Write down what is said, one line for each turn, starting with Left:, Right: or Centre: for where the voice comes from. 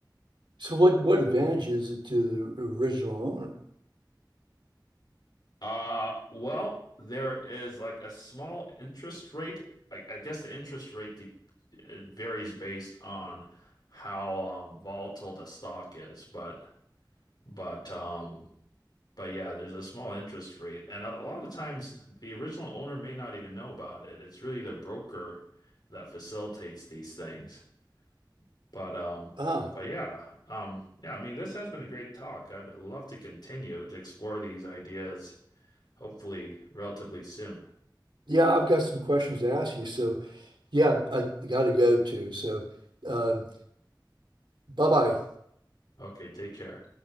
Right: So what what advantage is it to the original owner?
Left: Uh, well, there is like a small interest rate. I, I guess the interest rate de it varies based on how um, volatile the stock is, but but um but yeah, there's a small interest rate, and a, a lot of times the original owner may not even know about it. It's really the broker that facilitates these things. But um
Right: Ah,
Left: but yeah, um yeah, I mean this has been a great talk. I'd love to continue to explore these ideas hopefully relatively soon.
Right: Yeah, I've got some questions to ask you. So, yeah, I got to go too. So, um, bye bye.
Left: Okay, take care.